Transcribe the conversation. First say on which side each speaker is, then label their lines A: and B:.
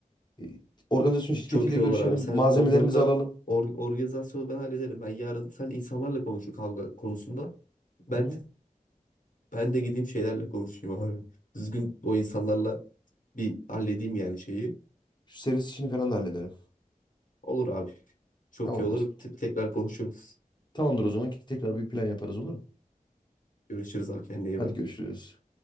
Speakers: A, on the left (about 30°); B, on the left (about 65°).
A: Ee, organizasyon şirketiyle
B: çok iyi
A: görüşelim.
B: olur abi. Sen
A: Malzemelerimizi
B: onlarla
A: alalım.
B: or- organizasyonu ben hallederim. Ben yarın sen insanlarla konuşu kavga konusunda. Ben
A: Hı hı.
B: ben de gideyim şeylerle konuşayım abi. Düzgün o insanlarla bir halledeyim yani şeyi.
A: Şu servis işini falan da halledelim.
B: Olur abi. Çok
A: Tamamdır.
B: iyi olur. Te- Tekrar konuşuruz.
A: Tamamdır o zaman. Tekrar bir plan yaparız olur mu?
B: Görüşürüz abi kendine iyi
A: Hadi
B: bak.
A: görüşürüz.